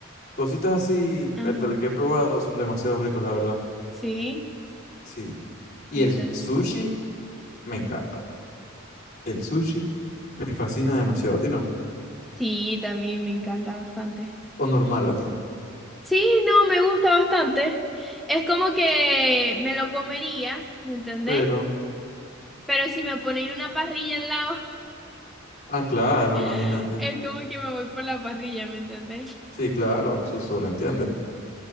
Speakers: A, on the left (about 50°); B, in the centre.
A: cositas así,
B: Ajá.
A: vértale, que he probado, son demasiado ricos, la verdad.
B: Sí,
A: Sí. Y
B: a mí
A: el
B: también
A: sushi
B: me encanta.
A: me encanta. El sushi me fascina demasiado, ¿a ti no?
B: Sí, también me encanta bastante.
A: O normal latín.
B: Sí, no, me gusta bastante. Es como que me lo comería, ¿me entendéis?
A: Pero,
B: Pero si me ponéis una parrilla al lado,
A: ah, claro, imagínate.
B: <laughs> es como que me voy por la parrilla, ¿me entendéis?
A: Sí, claro, se sobreentiende.